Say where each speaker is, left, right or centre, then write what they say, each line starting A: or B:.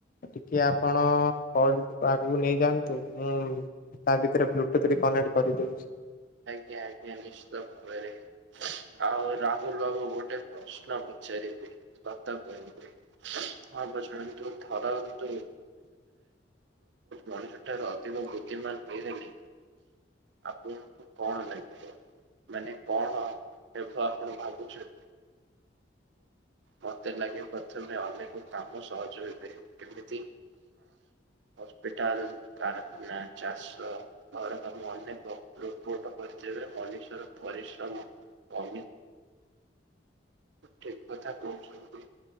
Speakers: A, on the left; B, on the right.
A: ଟିକିେ ଆପଣ କ ଆଗକୁ ନେଇଯାଆନ୍ତୁ ମୁଁ ତା ଭିତେରେ ବ୍ଲୁଟୁଥ ଟି କନେକ୍ଟ କରିଦଉଛି।
B: ଆଜ୍ଞା ଆଜ୍ଞା ନିଶ୍ଚିତ ଭାବରେ। ଆଉ ରାହୁଲ ବାବୁ ଗୋଟେ ପ୍ରଶ୍ନ ପଚାରିବି ସତ କହିବ। ହଁ ପଚାରନ୍ତୁ। ପ୍ରପର ମଣିଷ ଠାରୁ ଅଧିକ ବୁଦ୍ଧିମାନ ହୋଇଗଲେ ଆପଣଙ୍କୁ କଣ ଲାଗିିବ ମାନେ କଣ ହେବ ଆପଣ ଭାବୁଛନ୍। ମତେ ଲାଗେ ପ୍ରଥମେ ଅନେକ କାମ ସହଜ ହୋଇପାରିବ କେମିତି? ହସ୍ପିଟାଲ, କାରଖାନା, ଚାଷ। ଘର କାମ ଅନେକ ରୋବଟ କରିଥିବେ ମଣିଷର ପରିଶ୍ରମ <unintelligible> ଠିକ କଥା କହୁଛନ୍ତି,